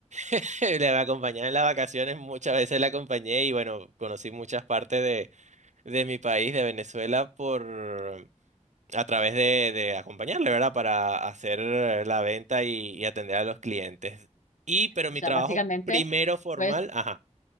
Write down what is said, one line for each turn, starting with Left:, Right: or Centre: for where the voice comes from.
Right: <laughs> Le acompañaba en las vacaciones, muchas veces la acompañé y bueno, conocí muchas partes de, de mi país, de Venezuela, por a través de, de acompañarle, ¿verdad? Para hacer la venta y, y atender a los clientes. Y, pero
Left: O
Right: mi
Left: sea,
Right: trabajo
Left: básicamente,
Right: primero formal,
Left: pues,
Right: ajá,